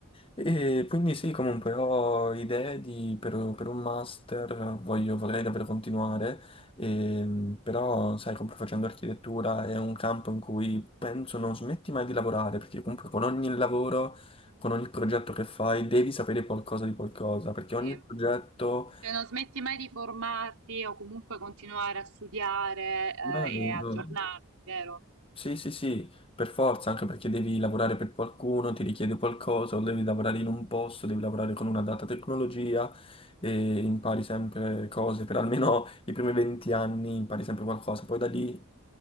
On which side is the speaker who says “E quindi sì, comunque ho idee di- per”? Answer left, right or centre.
Left